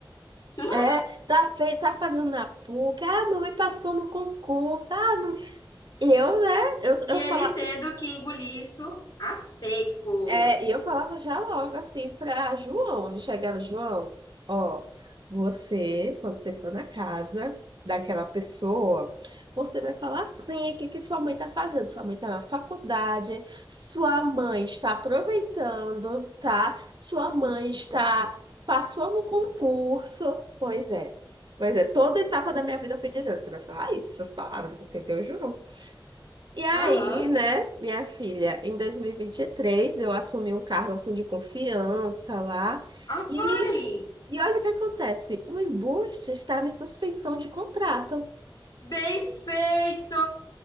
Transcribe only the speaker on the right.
É, tá, fe- tá fazendo na PUC, ah, mamãe passou no concurso, ah, mam- e eu, né, eu,
eu
falava
É, e eu falava já logo assim para João. Eu chegava, João, ó, você, quando você for na casa daquela pessoa, você vai falar assim, o que que sua mãe tá fazendo? Sua mãe tá na faculdade, sua mãe está aproveitando, tá? Sua mãe está passou no concurso. Pois é. Pois é, toda etapa da minha vida eu fui dizendo, você vai falar isso, essas palavras, entendeu, João? E aí,
né, minha filha, em 2023 eu assumi um cargo assim de confiança lá
e, e olha o que acontece, o embuste estava em suspensão de contrato.